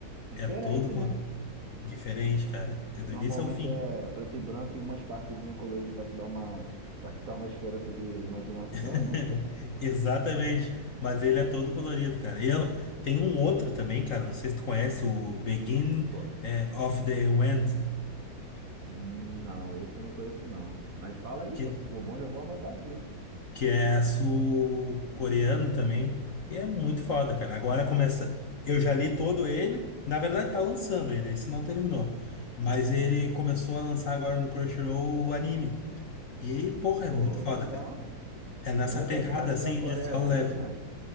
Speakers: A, on the right (about 45°); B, on the left (about 50°).
A: Diferente,
B: É todo colorido.
A: né?
B: Diferente, cara. É do
A: Normalmente
B: início ao fim.
A: é preto e branco e umas partezinhas coloridas pra te dar uma, pra te dar uma esperança de imaginação,
B: <laughs>
A: né?
B: Exatamente. Mas ele é todo colorido, cara. E eu, tem um outro também, cara. Não sei se tu conhece, o Begin
A: Co-
B: eh, of the End,
A: Não, esse eu não conheço, não. Mas fala aí,
B: que,
A: pô, se for bom, já vou anotar aqui.
B: que é sul-coreano também. E é muito foda, cara.
A: Caraca,
B: Agora começa. Eu já li todo ele. Na verdade, tá lançando ele, esse não terminou. Mas ele começou a lançar agora no Crunchyroll o anime. E, porra,
A: pô,
B: é muito foda,
A: legal.
B: cara. É nessa
A: É legal
B: pegada
A: esse lance
B: assim
A: da Coreia
B: de solo
A: vindo,
B: leve.
A: né?